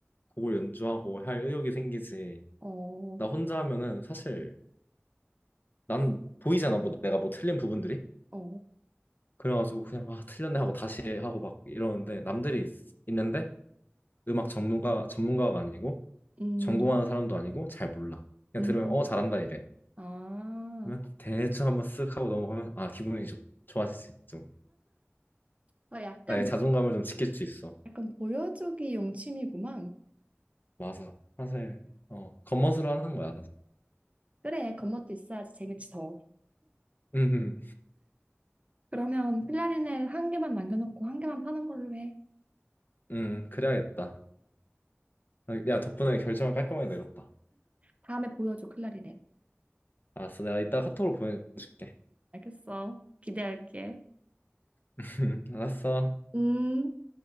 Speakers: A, on the left (about 45°); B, on the right (about 30°).
A: 곡을 연주하고 할 의욕이 생기지.
B: 어,
A: 나 혼자
B: 그,
A: 하면은 사실 난 보이잖아. 뭐 내가 뭐 틀린 부분들이.
B: 어,
A: 그래가지고 그냥 아, 틀렸네 하고 다시 하고 막 이러는데 남들이 있, 는데 음악 전문가 전문가가 아니고
B: 음,
A: 전공하는 사람도 아니고 잘 몰라. 그냥
B: 음,
A: 들으면 어 잘한다 이래.
B: 아,
A: 그러면 대충 한번 쓱 하고 넘어가면 아 기분이 좋, 좋아지지 좀.
B: 아, 약간,
A: 나의 자존감을 좀 지킬 수 있어.
B: 약간 보여주기용 취미구만.
A: 맞아. 사실 어 겉멋으로 하는 거야 사실.
B: 그래, 겉멋도 있어야지 재밌지 더.
A: 음,
B: 그러면 클라리넷 한 개만 남겨놓고 한 개만 파는 걸로 해.
A: 음 그래야겠다. 야 덕분에 결정을 깔끔하게 내렸다.
B: 다음에 보여줘, 클라리넷.
A: 알았어 내가 이따 카톡으로 보내줄게.
B: 알겠어. 기대할게.
A: <laughs> 알았어.
B: 음.